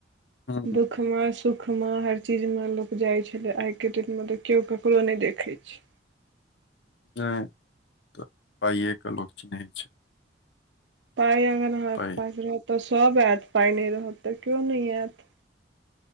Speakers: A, on the left; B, on the right.
A: हूँ
B: दुख सुखमे सुखमे हर चीजमे लोक जाइत छलै आइके डेटमे तऽ केओ ककरो नहि देखै छै
A: नहि पइए लोक चिनै छै
B: पाइ अगर अहाँके
A: पाइ
B: पास रहतऽ सभ आयत पाइ नहि रहत तऽ केओ नहि आयत